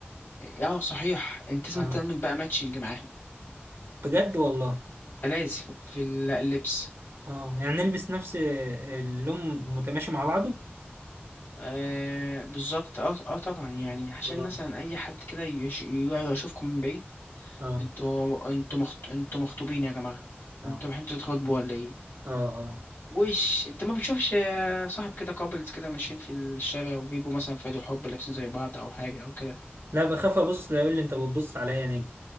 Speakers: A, on the left; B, on the right.
A: اه صحيح انت
B: اه
A: لازم تعمل بقى ماتشنج معاهم
B: بجد والله
A: لازم في ال- اللبس
B: اه يعني نلبس نفس اللون متماشي مع بعضه
A: آه بالظبط اه اه طبعا يعني عشان
B: آه.
A: مثلا اي حد كده يش- يشوفكم من بعيد
B: اه
A: انتوا انتوا مخط... انتوا مخطوبين يا جماعة
B: اه
A: انتوا رايحين تتخطبوا ولا ايه
B: اه اه
A: وش انت ما بتشوفش آه، صاحب كده كابلز كده ماشيين في الشارع وبيبقوا مثلا في عيد الحب لابسين زي بعض او حاجة او كده
B: لا بخاف ابص لا يقول لي انت بتبص عليا يا نجم